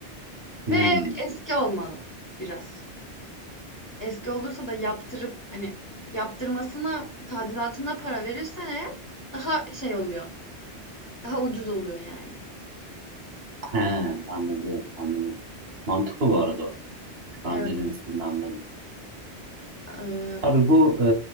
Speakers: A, on the right (about 65°); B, on the left (about 20°).
A: Hmm.
B: Ve ev eski olmalı biraz. Eski olursa da yaptırıp, hani, yaptırmasına, tadilatına para verirsen eğer daha şey oluyor, daha ucuz oluyor yani.
A: He, anladım anladım. Mantıklı bu arada o. Şu
B: Evet,
A: an ne demek istediğini anladım.
B: eee,
A: Tabii bu e,